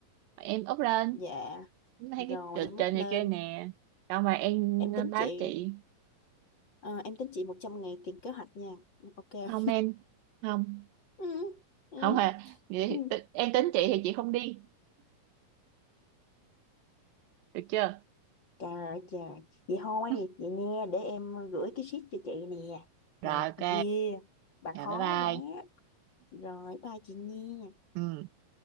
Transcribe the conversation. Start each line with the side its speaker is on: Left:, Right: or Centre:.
Right: em up lên
Left: dạ
Right: thấy
Left: Rồi
Right: cái trình
Left: em
Right: trên
Left: bút lên
Right: này kia nè xong mà em
Left: Em
Right: ờ,
Left: tính
Right: báo
Left: chị
Right: chị
Left: ờ, Em tính chị 100 ngày tiền kế hoạch nha Ừ, Ok
Right: không em không
Left: ừ, ừ,
Right: không à vậy
Left: ừ.
Right: thì t- em tính chị thì chị không đi được chưa
Left: Trời ơi trời Vậy thôi
Right: <laughs>
Left: Vậy nha để em gửi cái sheet cho chị nè
Right: rồi
Left: Mệt
Right: ok
Left: ghê Bà
Right: rồi
Left: khó
Right: bye bye
Left: quá Rồi bye chị nha
Right: ừ